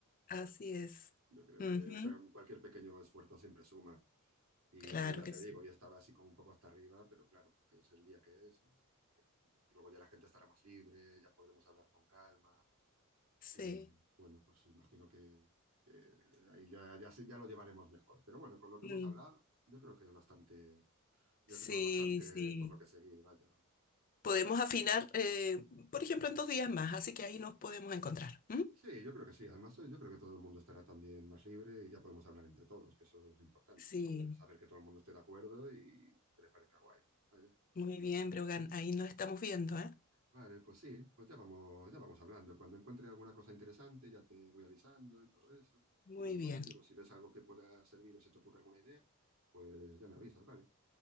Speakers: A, on the left (about 40°); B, on the right (about 70°).
A: así es.
B: Yo creo
A: Ujú,
B: que, o sea, cualquier pequeño esfuerzo siempre suma. Y
A: Claro
B: a ver, ya
A: que
B: te
A: sí.
B: digo, yo estaba así como un poco hasta arriba, pero claro, porque es el día que es. Y eh, Luego ya la gente estará más libre, ya podremos hablar con calma.
A: Sí.
B: Y bueno, pues imagino que, que ahí ya, ya, se- ya lo llevaremos mejor. Pero bueno, con lo que
A: mm,
B: hemos hablado, yo creo que es bastante, ya
A: Sí,
B: tenemos bastante
A: sí.
B: por lo que seguir, vaya.
A: Podemos afinar, eh, por ejemplo, en dos días más, así que ahí nos podemos encontrar. ¿m?
B: Sí, yo creo que sí. Además, hoy yo creo que todo el mundo estará también más libre y ya podemos hablar entre todos, que eso es lo importante,
A: Sí,
B: que saber que todo el mundo esté de acuerdo y que le parezca guay. Vaya.
A: muy
B: Mm.
A: bien, Brogan, ahí nos estamos viendo, ¿eh?
B: Vale, pues sí, pues ya vamos, ya vamos hablando. Cuando encuentre alguna cosa interesante, ya te voy avisando y todo eso.
A: Muy
B: Y lo mismo
A: bien,
B: te digo, si ves algo que pueda servir o se te ocurre alguna idea, pues ya me avisas, ¿vale?